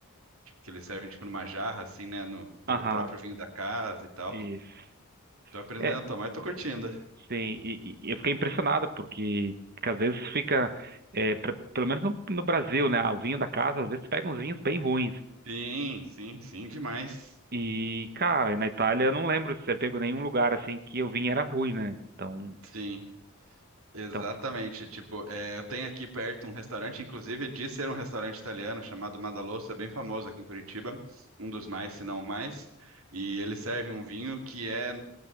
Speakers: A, on the right (about 70°); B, on the right (about 45°).
A: que eles servem tipo numa jarra, assim, né? No, do
B: aham,
A: próprio vinho da casa e tal.
B: isso.
A: Tô aprendendo
B: É,
A: a tomar e tô curtindo.
B: sim, e, e eu fiquei impressionado porque, porque às vezes fica, é, pra- pelo menos no, no Brasil, né? ah, O vinho da casa, às vezes tu pega uns vinhos bem ruins.
A: Sim, sim, sim, demais.
B: E, cara, na Itália eu não lembro de ter pego nenhum lugar assim que o vinho era ruim, né? Então.
A: Sim, exatamente.
B: Então
A: Tipo, é, eu tenho aqui perto um restaurante, inclusive de ser um restaurante italiano chamado Madalosso, é bem famoso aqui em Curitiba, um dos mais, se não o mais. E eles servem um vinho que é